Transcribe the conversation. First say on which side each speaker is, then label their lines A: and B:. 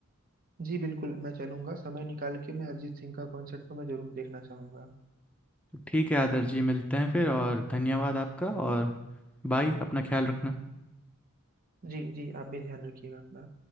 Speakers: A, on the right; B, in the centre.
A: जी बिल्कुल मैं चलूंगा समय निकाल के मैं अरिजीत सिंह का कॉन्सर्ट तो मैं जरूर देखना चाहूंगा
B: ठीक है आदर्श जी मिलते हैं फिर और धन्यवाद आपका और बाय अपना ख्याल रखना
A: जी जी आप भी ध्यान रखिएगा अपना